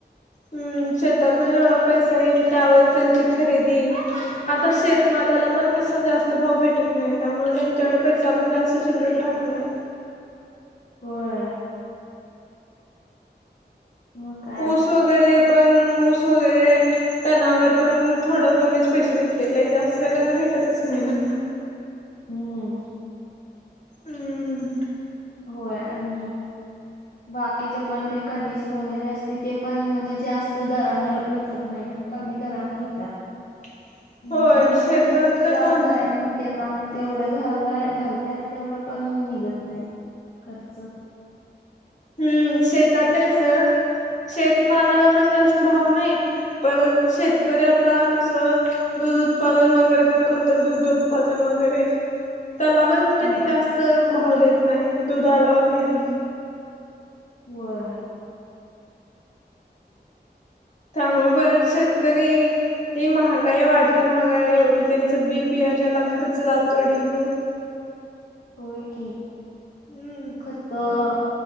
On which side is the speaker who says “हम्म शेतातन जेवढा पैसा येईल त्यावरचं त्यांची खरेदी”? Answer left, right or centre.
Left